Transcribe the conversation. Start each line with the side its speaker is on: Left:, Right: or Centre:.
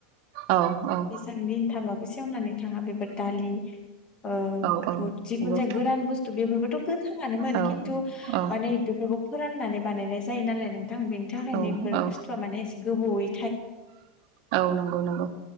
Right: औ औ
Left: बेसां दिन थाबाबो सेवनानै थाङा बेफोर दालि ओ
Right: औ औ
Left: बुथ
Right: नंगौ
Left: जिखुनु जाया गोरान बुसथु बेफोरबोथ' गोथांआनोन
Right: औ
Left: खिन्थु
Right: औ
Left: माने बेफोरखौ फोराननानै बानायनाय जायो नालाय नों थां बेनि थाखाय
Right: औ
Left: इफोर
Right: औ
Left: बुस्थुवआ माने एसे गोबावयै
Right: औ नंगौ नंगौ